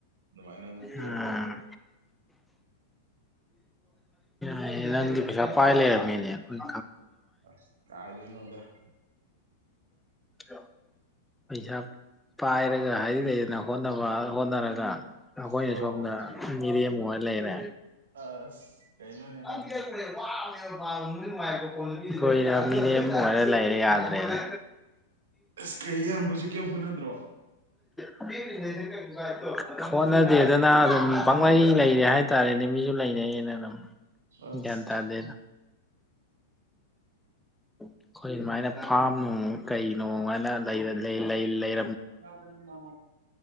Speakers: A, on the right; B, in the centre.
A: ꯑꯗꯨꯃꯥꯏꯅ ꯑꯗꯨꯝ ꯇꯣꯡꯕ
B: ꯎꯝ ꯌꯥꯏꯌꯦ ꯅꯪꯗꯤ ꯄꯩꯁꯥ ꯄꯥꯏ ꯂꯩꯔꯝꯃꯤꯅꯦ ꯑꯈꯣꯏ
A: ꯑꯁ ꯀꯥꯏꯗ ꯏ ꯅꯣꯗ
B: <inaudible> ꯄꯩꯁꯥ ꯄꯥꯏꯔꯒ ꯍꯥꯏ ꯂꯩꯅ ꯍꯣꯠꯅꯕ ꯍꯣꯠꯅꯔꯒ ꯑꯩꯈꯣꯏꯅ
A: ꯑꯧ
B: ꯁꯣꯝꯗ ꯃꯤꯔꯦꯝ ꯑꯣꯏꯔ ꯂꯩꯔꯦ
A: ꯑꯁ ꯀꯩꯅꯣꯅꯦ
B: ꯅ
A: ꯍꯥꯏꯁꯤꯕꯣ
B: ꯀꯦꯦ ꯋꯥ <unintelligible> <unintelligible> <unintelligible> <unintelligible> ꯑꯩꯈꯣꯏꯅ ꯃꯤꯔꯤꯝ ꯑꯣꯏꯔ ꯂꯩꯔꯦ ꯌꯥꯗ꯭ꯔꯦꯅ
A: ꯑꯁ ꯀꯩ ꯏꯌꯥꯝꯕꯁꯨ ꯀꯩꯝ ꯍꯣꯠꯅꯗ꯭ꯔꯣ
B: <unintelligible> ꯍꯣꯠꯅꯗꯦꯗꯅ ꯑꯗꯨꯝ ꯄꯥꯡꯂꯩ ꯂꯩꯔꯦ ꯍꯥꯏꯇꯥꯔꯦꯅꯦ ꯃꯤꯁꯨ ꯂꯩꯅꯩꯌꯦꯅ ꯑꯗꯨꯝ
A: ꯑꯁ
B: ꯒ꯭ꯌꯥꯟ ꯇꯥꯗꯦꯗ ꯑꯩꯈꯣꯏ ꯑꯗꯨꯃꯥꯏꯅ ꯐꯥꯝ ꯅꯨꯡ ꯀꯩꯅꫭ ꯍꯥꯏꯅ ꯂꯩ
A: ꯑꯟꯏꯟꯇꯦꯂꯤꯖꯤꯕꯜ